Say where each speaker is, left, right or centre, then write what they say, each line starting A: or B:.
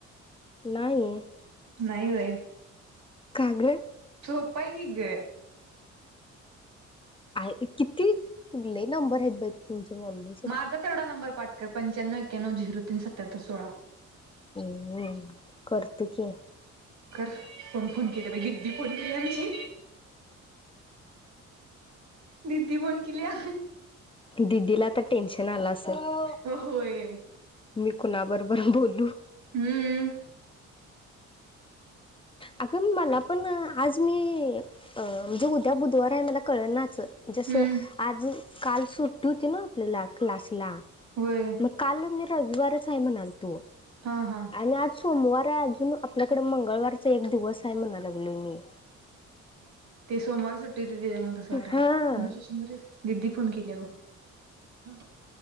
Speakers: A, on the left (about 15°); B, on the right (about 70°).
A: नाही.
B: नाही होय.
A: का ग?
B: सोपा हाय की ग.
A: आहे किती लय नंबर आहेत बाई तुमच्या मम्मी.
B: माझा तेवढा नंबर पाठ कर पंच्याण्णव एक्याण्णव झिररो तीन सत्यात्तर सोळा.
A: हम करतो की.
B: कर कोण फोन केला बाई दीदी फोन केले आमची. दिदी फोण केल्या.
A: दिदीला आता टेन्शन आल असलं.
B: होय.
A: मी कुणाबरोबर बोलू.
B: हम्म.
A: अगं मला पण आज मी अ म्हणजे उद्या बुधवार आहे मला कळनाचं. जसं
B: हम्म
A: आज काल सुट्टी होती ना आपल्याला क्लासला.
B: होय
A: मग काल मी रविवारच आहे म्हणाल तो.
B: हा हा.
A: आणि आज सोमवार आहे अजून आपल्याकडे मंगळवारचा एक दिवस आहे म्हणाय लागलो मी.
B: ते सोमवारी सुट्टी होते त्याच्यामुळे तसं वाटायला.
A: हा
B: दिदी फोन केले बघ.